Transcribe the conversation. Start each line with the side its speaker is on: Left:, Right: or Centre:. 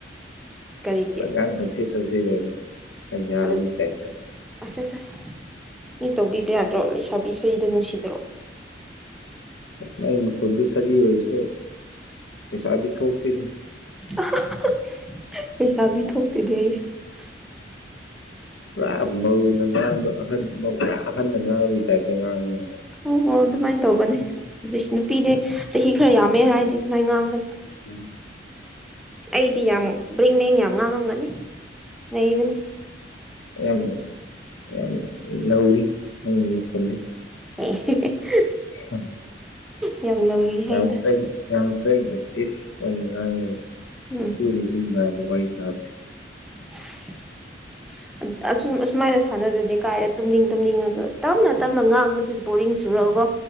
Centre: ꯀꯔꯤꯒꯤ
Left: ꯂꯒꯥꯏ ꯇꯧꯁꯤ ꯇꯧꯁꯤ ꯒꯥꯏꯅ ꯌꯥꯕꯩ
Centre: ꯑꯗꯨ
Left: ꯇꯏꯞꯇ꯫
Centre: ꯑꯁ ꯑꯁ ꯑꯁ ꯃꯤ ꯇꯧꯕꯤꯕ ꯌꯥꯗ꯭ꯔꯣ ꯏꯁꯥꯕꯤ ꯁꯔꯤꯗꯣ ꯅꯨꯡꯁꯤꯗ꯭ꯔꯣ꯫
Left: ꯑꯁ ꯑꯩ ꯃꯈꯨꯜꯗꯨ ꯁꯖꯤ ꯑꯣꯏꯔꯁꯨ ꯄꯩꯁꯥꯕꯤ ꯊꯣꯛꯇꯦꯅꯦ꯫
Centre: <unintelligible> ꯂꯩꯁꯥꯕꯤ ꯊꯣꯛꯇꯦꯗꯦ꯫ <inaudible>
Left: ꯄꯨꯔꯥ ꯃꯧꯅ ꯉꯥꯡꯕ ꯑꯍꯟ ꯃꯧ ꯄꯨꯔꯥ ꯑꯍꯟꯅ ꯉꯥꯡꯕꯒꯤ ꯇꯥꯏꯞꯇ ꯉꯥꯡꯉꯦꯕ꯫
Centre: ꯍꯣ ꯍꯣꯏ ꯑꯗꯨꯃꯥꯏꯅꯦ ꯇꯧꯕꯅꯤ ꯑꯗꯨ ꯅꯨꯄꯤꯗꯤ ꯆꯍꯤ ꯈꯔ ꯌꯥꯝꯃꯦ ꯍꯥꯏꯔꯗꯤ ꯑꯗꯨꯃꯥꯏꯅ ꯉꯥꯡꯕꯅꯤ꯫
Left: ꯎꯝ
Centre: ꯑꯩꯗꯤ ꯌꯥꯝ ꯕ꯭ꯔꯦꯡ ꯕ꯭ꯔꯦꯡ ꯌꯥꯝ ꯉꯥꯡꯉꯝꯒꯅꯤ ꯅꯩꯕꯅꯤ꯫
Left: ꯌꯥꯝ ꯌꯥꯝ ꯅꯧꯔꯤ ꯅꯪ ꯃꯈꯣꯟꯗꯤ꯫
Centre: <unintelligible>
Left: <unintelligible>
Centre: ꯌꯥꯝ ꯅꯧꯔꯤ꯫ ꯍꯥꯏꯗ
Left: ꯌꯥꯝ ꯀꯩꯅ ꯌꯥꯝ ꯀꯩꯅ ꯑꯦꯛꯇꯤꯚ ꯑꯣꯏꯅ ꯉꯥꯡꯉꯦꯕ
Centre: ꯎꯝ
Left: ꯁꯤꯒꯨꯝꯕꯁꯤ꯫ ꯅꯨꯡꯉꯥꯏꯕ ꯋꯥꯔꯤ ꯁꯥꯕꯁꯦ꯫
Centre: <unintelligible> ꯑꯁꯨꯝ ꯑꯁꯨꯃꯥꯏꯅ ꯁꯥꯟꯅꯗꯗꯤ ꯀꯥꯏ ꯇꯨꯝꯅꯤꯡ ꯇꯨꯝꯅꯤꯡꯉꯒ ꯇꯞꯅ ꯇꯞꯅ ꯉꯥꯡꯕꯗꯨ ꯄꯨꯔꯤꯡ ꯆꯨꯔꯑꯒ